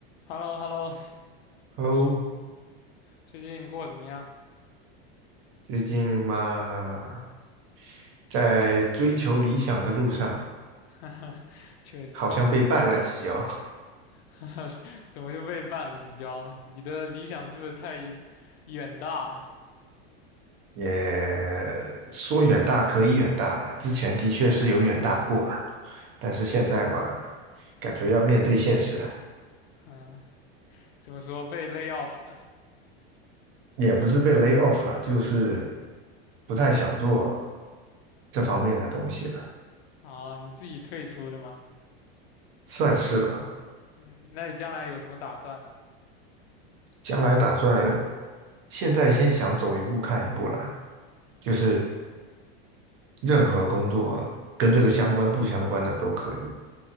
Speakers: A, on the left (about 80°); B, on the right (about 45°).
A: h e l l o h e l l o
B: Hello，
A: 最近过得怎么样？
B: 最近嘛，在追求理想的路上，
A: <laughs> 确实，
B: 好像被绊了几跤。
A: <laughs> 怎么又被绊了几跤了？你的理想是不是太远大了？
B: 也说远大可以远大吧，之前的确是有远大过啊，但是现在嘛，感觉要面对现实，
A: <laughs> 嗯，怎么说被 lay off 了
B: 也不是被 lay off 了，就是不太想做这方面的东西了，
A: 啊？你自己退出的吗？
B: 算是吧。
A: 嗯，那你将来有什么打算呢？
B: 将来打算现在先想走一步看一步了，就是。
A: 嗯
B: 任何工作啊跟这个相关不相关的都可以。